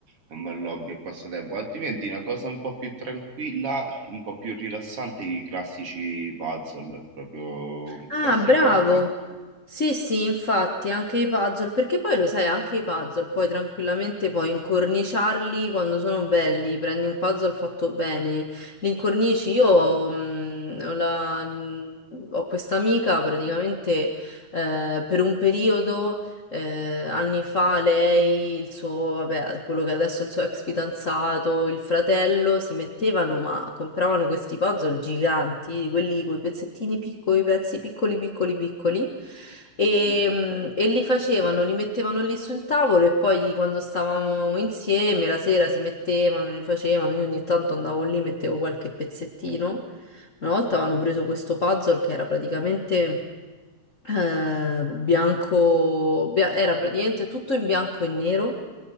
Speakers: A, on the right (about 50°); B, on the left (about 35°).
A: È un bel hobby e passatempo. Altrimenti una cosa un po' più tranquilla, un po' più rilassante, i classici puzzle, proprio un
B: Ah,
A: classico
B: bravo!
A: puzzle.
B: Sì, sì, infatti, anche i puzzle, perché poi lo sai, anche i puzzle puoi tranquillamente poi incorniciarli quando sono belli, prendi un puzzle fatto bene, li incornici. Io mh, ho, la- mh, ho questa amica praticamente eh, per un periodo eh, anni fa lei, il suo, vabbè, quello che adesso è il suo ex fidanzato, il fratello, si mettevano, ma compravano questi puzzle giganti, di quelli con i pezzettini piccoli, pezzi piccoli, piccoli, piccoli, e,
A: Sì, sì.
B: mm, e li facevano, li mettevano lì sul tavolo e poi quando stavamo insieme, la sera si mettevano, li facevano, io ogni tanto andavo lì, mettevo qualche pezzettino. Una volta avevano preso questo puzzle che era praticamente eh, bianco, bia- era praticamente tutto in bianco e nero.